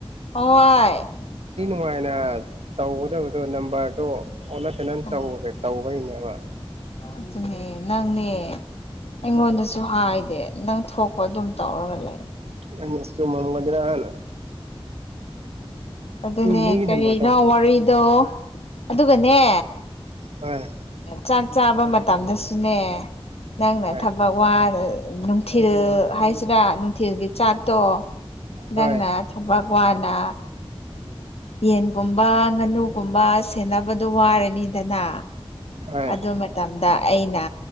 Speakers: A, on the left; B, on the right.
A: ꯑꯣꯥꯏ
B: ꯉꯥꯏꯅ ꯇꯧꯒꯗꯕꯗꯣ ꯅꯝꯕ꯭ꯔꯗꯣ ꯑꯣꯜꯂ ꯇꯅ
A: ꯎꯝ
B: ꯇꯧꯈ꯭ꯔꯦ ꯇꯧꯕꯒꯤꯅꯦꯕ
A: ꯑꯗꯨꯅꯦ ꯅꯪꯅꯦ ꯑꯩꯉꯣꯟꯗꯁꯨ ꯍꯥꯏꯗꯦ ꯅꯪ ꯊꯣꯛꯄ ꯑꯗꯨꯝ ꯇꯧꯔꯒ ꯂꯩ
B: ꯑꯩ ꯆꯨꯨꯝ ꯃꯝꯒꯗꯔꯥ ꯅꯥ
A: ꯑꯗꯨꯅꯦ
B: ꯃꯤꯒꯤ
A: ꯀꯔꯤꯅꯣ
B: ꯅꯝꯕꯔ ꯇꯧ
A: ꯋꯥꯔꯤꯗꯣ ꯑꯗꯨꯒꯅꯦ
B: ꯍꯣꯏ
A: ꯆꯥꯛ ꯆꯥꯕ ꯃꯇꯝꯗꯁꯨꯅꯦ ꯅꯪꯅ
B: ꯍꯣꯏ
A: ꯊꯕꯛ ꯋꯥ ꯅꯨꯡꯊꯤꯜ ꯍꯥꯏꯁꯤꯔꯥ ꯅꯨꯡꯊꯤꯜꯒꯤ ꯆꯥꯛꯇꯣ
B: ꯍꯣꯏ
A: ꯅꯪꯅ ꯊꯕꯛ ꯋꯥꯅ ꯌꯦꯟꯒꯨꯝꯕ ꯉꯥꯅꯨꯒꯨꯝꯕ ꯁꯦꯟꯅꯕꯗꯣ ꯋꯥꯔꯅꯤꯗꯅ
B: ꯍꯣꯏ
A: ꯑꯗꯨ ꯃꯇꯝꯗ ꯑꯩꯅ